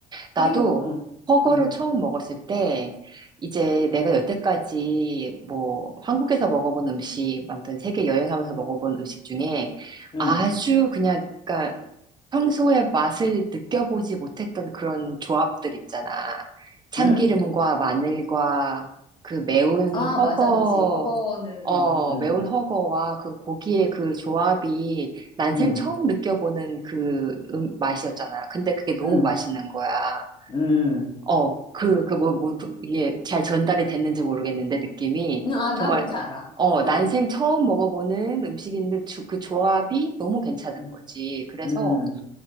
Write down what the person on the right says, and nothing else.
나도
허거를
처음 먹었을 때, 이제 내가 여태까지 뭐 한국에서 먹어본 음식, 아무튼 세계 여행하면서 먹어본 음식 중에
아주 그냥, 그러니까 평소에 맛을 느껴보지 못했던 그런 조합들 있잖아. 참기름과
마늘과 그 매운
허거,
어,
매운 허거와 그 고기의 그 조합이 난생
처음 느껴보는 그 음, 맛이었잖아. 근데 그게 너무
맛있는 거야.
어, 그, 그 뭐, 뭐, 그 이게 잘 전달이 됐는지 모르겠는데 느낌이
정말,
어,
난생 처음 먹어보는 음식인데 주- 그 조합이 너무 괜찮은
거지. 그래서